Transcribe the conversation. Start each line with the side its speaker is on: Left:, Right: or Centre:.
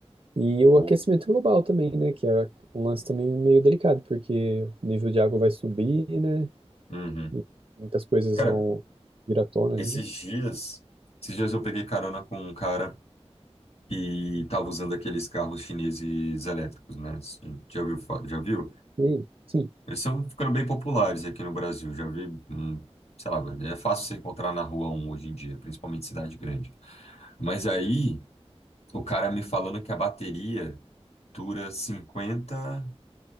Right: E o
Left: Ou...
Right: aquecimento global também, né, que é um lance também meio delicado, porque o nível de água vai subir, né,
Left: Uhum.
Right: e muitas coisas
Left: Cara,
Right: vão vir à tona ali,
Left: esses
Right: né.
Left: dias... Esses dias eu peguei carona com um cara que tava usando aqueles carros chineses elétricos, né? Assim, Já viu? fa- Já viu?
Right: E sim.
Left: Eles estão ficando bem populares aqui no Brasil. Já vi, hum, sei lá, velho, é fácil você encontrar na rua um hoje em dia, principalmente em cidade grande. Mas aí, o cara me falando que a bateria dura 50